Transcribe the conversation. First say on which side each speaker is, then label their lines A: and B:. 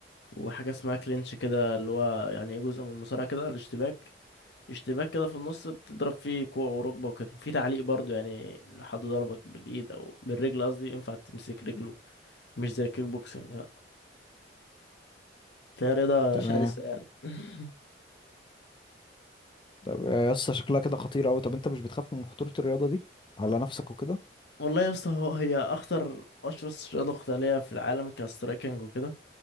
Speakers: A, on the left (about 75°); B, on the left (about 25°).
A: وحاجه اسمها كلينش كده اللي هو يعني ايه جزء من المصارعه كده الاشتباك اشتباك كده في النص بتضرب فيه كوع وركبه وكده وفي تعليق برضو يعني لو حد ضربك بالايد او بالرجل قصدي ينفع تمسك رجله مش زي الكيك بوكسنج لا فهي رياضه
B: تمام
A: شرسه يعني <laughs>
B: طب يا اسطى شكلها كده خطيرة أوي طب أنت مش بتخاف من خطورة الرياضة دي على نفسك وكده؟
A: والله يا اسطى هو- هي اخطر اشرس رياضه قتاليه في العالم كسترايكنج وكده